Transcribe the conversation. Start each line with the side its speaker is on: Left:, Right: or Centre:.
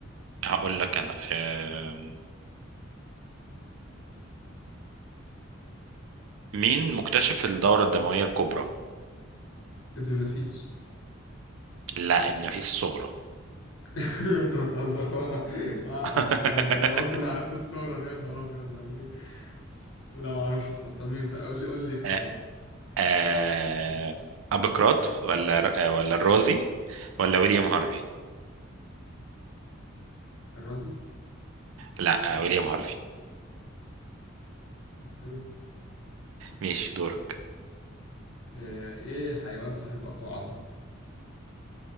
Right: هقول لك انا آم، مين مكتشف الدورة الدموية الكبرى؟
Left: ابن النفيس
Right: لا ابن نفيس الصغرى
Left: <laughs> انت بتهزر انا انا
Right: <laughs>
Left: انا انا انا أنا قلت انا عرفت الصورة دي يا نهار ابيض يعني ايه لا ما اعرفش الصراحة طب مين طب قول لي قول لي اختيارات
Right: آه، آه، ابوقراط ولا ولا الرازي ولا ويليام هارفي؟
Left: الرازي
Right: لا آه، ويليام هارفي
Left: تمام
Right: ماشي دورك
Left: آه، ايه حيوان صاحب اقوى عضة